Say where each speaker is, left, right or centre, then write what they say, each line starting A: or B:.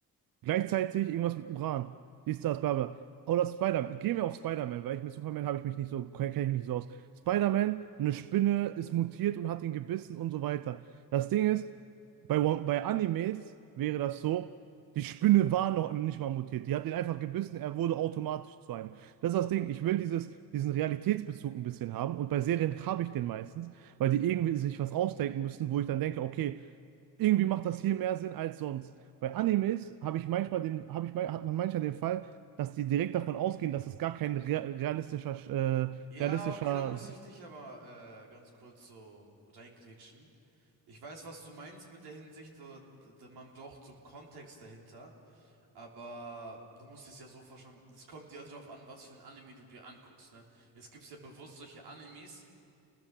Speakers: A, on the right; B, on the right.
A: Gleichzeitig irgendwas mit Uran. Dies, das, bla bla. Oder Spider-Man. Gehen wir auf Spider-Man, weil ich mit Superman habe ich mich nicht so, kenne ich mich nicht so aus. Spider-Man, eine Spinne ist mutiert und hat ihn gebissen und so weiter. Das Ding ist, bei, One- bei Animes wäre das so, die Spinne war noch nicht mal mutiert. Die hat ihn einfach gebissen, er wurde automatisch zu einem. Das ist das Ding. Ich will dieses, diesen Realitätsbezug ein bisschen haben und bei Serien habe ich den meistens, weil die irgendwie sich was ausdenken müssen, wo ich dann denke, okay, irgendwie macht das hier mehr Sinn als sonst. Bei Animes habe ich manchmal den, habe ich, mein- hat man manchmal den Fall, dass die direkt davon ausgehen, dass es gar kein rea- realistischer, äh,
B: Ja,
A: realistischer,
B: okay, da muss ich dich aber äh, ganz kurz so reingrätschen. Ich weiß, was du meinst mit der Hinsicht, so, d- d- man braucht so einen Kontext dahinter, aber du musst es ja so vorstellen, es kommt ja drauf an, was für ein Anime du dir anguckst, ne? Es gibt ja bewusst solche Animes,